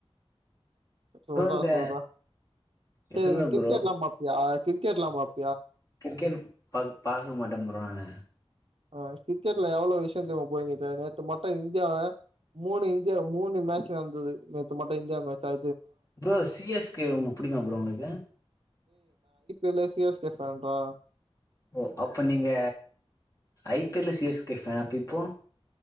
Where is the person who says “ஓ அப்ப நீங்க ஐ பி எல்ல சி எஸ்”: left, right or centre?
Left